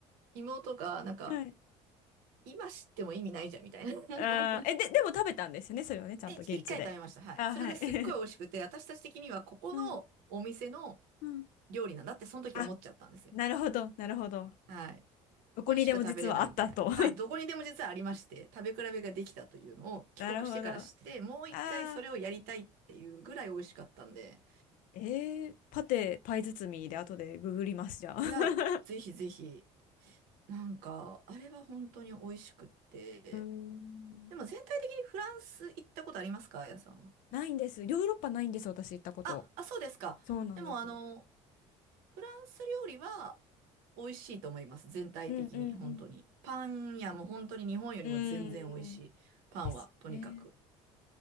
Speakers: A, on the right; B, on the left.
A: 妹が、なんか、
B: はい
A: 今知っても意味ないじゃん、みたいな。<laughs>
B: あー、え、で、でも食べたんですよね、それをね、ちゃんと現地で。
A: で、一一回食べました。はい。
B: あ、
A: それですっごい美味しくて、
B: はい。<laughs>
A: 私たち的にはここのお店の
B: うん、うん。
A: 料理なんだって、その時思っちゃったんですよ。
B: あ、なるほど、なるほど。
A: はい。ここにしか食べれないみたいな。
B: どこにでも実はあったと。
A: はい。どこにでも実はありまして、食べ比べができたというのを帰国してからして、
B: <laughs> なるほど。あ
A: もう一回それをやりたいっていうぐらい美味しかったんで、
B: あ、えー、パテ、パイ包みで後でググります、じゃあ。<laughs>
A: いや、ぜひぜひ、なんか、あれは本当に美味しくって。
B: うーん。
A: でも全体的にフランス行ったことありますかあやさんは。
B: ないんです。ヨーロッパないんです、私行ったこと。
A: あ、あ、そうですか。
B: そうなんです。
A: でもあの、フランス料理は美味しいと思います。全体的に、
B: うんうんうん。
A: 本当に。パン屋も本当に日本よりも全然美味しい。
B: うーん。
A: パンは、
B: ですよね。
A: とにかく。